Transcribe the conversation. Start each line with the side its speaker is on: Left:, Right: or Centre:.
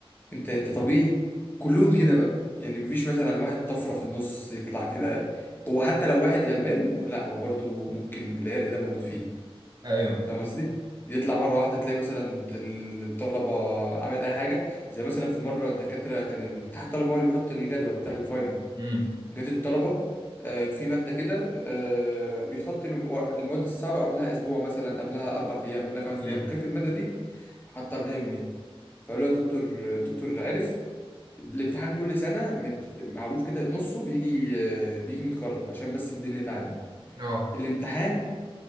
Left: انت انت طبيعي كلهم كده بقى يعني مفيش مثلا واحد طفره في النص يطلع كده هو حتى لو واحد غلبان م... لا هو برضو ممكن العرق ده موجود فيه
Right: ايوه
Left: فاهم قصدي يطلع مره واحده تلاقي مثلا ال- الطلبه عملت اي حاجه زي مثلا في مره الدكاتره كان الاتحاد الطلبه هو اللي بيحط الجدول بتاع الفاينل
Right: امم
Left: جات الطلبه آه، في ماده كده آه، بيتحط الم- المواد الصعبه قبلها اسبوع مثلا قبلها اربع ايام قبلها خمس
Right: امم
Left: ايام جت الماده دي حطها قبلها يومين فقالوا له يا دكتور الدكتور عرف الامتحان كل سنة مت... معروف كده نصه بيجي آه، بيجي متكرر عشان بس الدنيا تعدي
Right: اه
Left: الامتحان